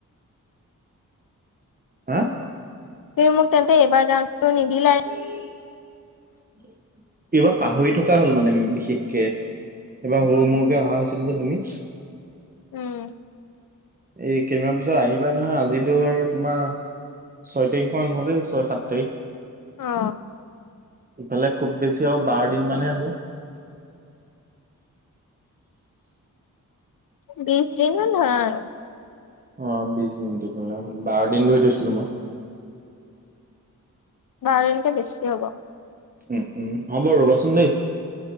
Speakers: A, on the right; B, on the left.
A: হা?
B: তুমি মোক তেন্তে এবাৰ যাওতেও নিদিলা।
A: কিবা পাহৰি থকা হ'ল মানে বিশেষকে এইবাৰ সৰু-মৰুকে
B: উম উম
A: অহা হৈছিল যে তুমি
B: উম।
A: এই কেইদমান পিছত আহিবাই নহয় আজিতো আৰু তোমাৰ ছয় তাৰিখ মান হলে ছয়, সাত তাৰিখ
B: অ,
A: ইফালে খুব বেছি আৰু বাৰ দিন মানহে আছে।
B: বিশ দিন মান ধৰা আৰু।
A: অ, বিশ দিনটো বোলে বাৰ দিন ধৰি থৈছিলোঁ মই।
B: বাৰ দিনকে বেছি হব।
A: উম, উম হ'ব ৰবাচোন দেই।